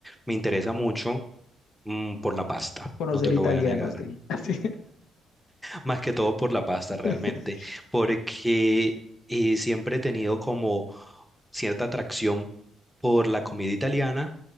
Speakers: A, in the centre; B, on the left.
A: Me interesa mucho, mm, por la pasta,
B: Conocer
A: no te lo
B: italianos,
A: voy a negar.
B: di. Así.
A: más que todo por la pasta realmente,
B: <laughs>
A: porque eh, siempre he tenido como cierta atracción por la comida italiana